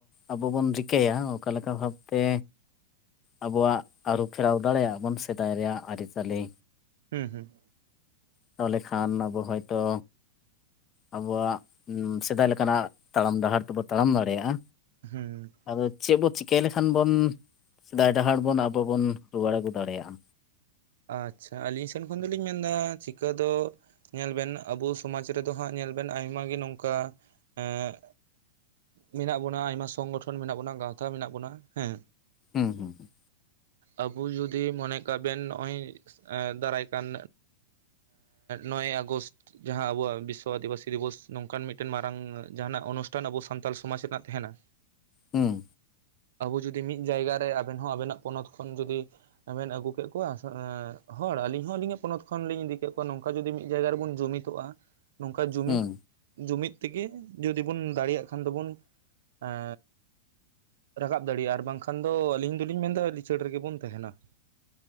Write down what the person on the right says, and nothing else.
ᱦᱩᱸ ᱦᱩᱸ
ᱦᱩᱸ
ᱟᱪᱪᱷᱟ ᱟᱹᱞᱤᱧ ᱥᱮᱱ ᱠᱷᱚᱱ ᱫᱚᱞᱤᱧ ᱢᱮᱱᱫᱟ ᱪᱤᱠᱟᱹ ᱫᱚ ᱧᱮᱞ ᱵᱮᱱ ᱟᱵᱚ ᱥᱚᱢᱟᱡ ᱨᱮᱫᱚ ᱦᱟᱸᱜ ᱧᱮᱞ ᱵᱮᱱ ᱟᱭᱢᱟ ᱜᱮ ᱱᱚᱝᱠᱟ ᱮᱸ ᱢᱮᱱᱟᱜ ᱵᱚᱱᱟ ᱟᱭᱢᱟ ᱥᱚᱝᱜᱚᱴᱷᱚᱱ ᱢᱮᱱᱟᱜ ᱵᱚᱱᱟ ᱜᱟᱶᱛᱟ ᱢᱮᱱᱟᱜ ᱵᱚᱱᱟ ᱦᱮᱸ
ᱟᱵᱚ ᱡᱩᱫᱤ ᱢᱚᱱᱮᱭ ᱠᱟᱜ ᱵᱮᱱ ᱱᱚᱜᱼᱚᱭ ᱫᱟᱨᱟᱭ ᱠᱟᱱ ᱱᱚᱭᱮ ᱟᱜᱚᱥᱴ ᱡᱟᱦᱟᱸ ᱟᱵᱚᱣᱟᱜ ᱵᱤᱥᱥᱚ ᱟᱹᱫᱤᱵᱟᱹᱥᱤ ᱫᱤᱵᱚᱥ ᱱᱚᱝᱠᱟᱱ ᱢᱤᱫᱴᱮᱱ ᱢᱟᱨᱟᱝ ᱡᱟᱦᱟᱱᱟᱜ ᱚᱱᱩᱥᱴᱷᱟᱱ ᱟᱵᱚ ᱥᱟᱱᱛᱟᱞ ᱥᱚᱢᱟᱡᱽ ᱨᱮᱱᱟᱜ ᱛᱟᱦᱮᱱᱟ
ᱟᱵᱚ ᱡᱩᱫᱤ ᱢᱤᱫ ᱡᱟᱭᱜᱟ ᱨᱮ ᱟᱵᱮᱱ ᱦᱚᱸ ᱟᱵᱮᱱᱟᱜ ᱯᱚᱱᱚᱛ ᱠᱷᱚᱱ ᱡᱩᱫᱤᱵᱮᱱ ᱟᱹᱜᱩ ᱠᱮᱫ ᱠᱚᱣᱟ᱾ ᱠᱚᱣᱟ ᱦᱚᱲ ᱟᱞᱤᱧ ᱦᱚᱸ ᱟᱹᱞᱤᱧᱟᱜ ᱯᱚᱱᱚᱛ ᱠᱷᱚᱱᱞᱤᱤᱧ ᱤᱫᱤ ᱠᱮᱫ ᱠᱚᱣᱟ ᱱᱚᱝᱠᱟ ᱡᱩᱫᱤ ᱢᱤᱫ ᱡᱟᱭᱜᱟ ᱨᱮᱵᱚᱱ ᱡᱩᱢᱤᱫᱚᱜᱼᱟ ᱱᱚᱝᱠᱟ ᱡᱩᱢᱤᱫ
ᱡᱩᱢᱤᱫ ᱛᱮᱜᱮ ᱡᱩᱫᱤ ᱵᱚᱱ ᱫᱟᱲᱮᱭᱟᱜ ᱠᱷᱟᱱ ᱫᱚᱵᱚᱱ ᱮᱸ ᱨᱟᱠᱟᱵ ᱫᱟᱲᱮᱭᱟᱜᱼᱟ ᱟᱨ ᱵᱟᱝᱠᱷᱟᱱ ᱫᱚ ᱟᱹᱞᱤᱧ ᱫᱚᱞᱤᱧ ᱢᱮᱱᱫᱟ ᱞᱤᱪᱟᱹᱲ ᱨᱮᱜᱮᱵᱚᱱ ᱛᱟᱦᱮᱱᱟ᱾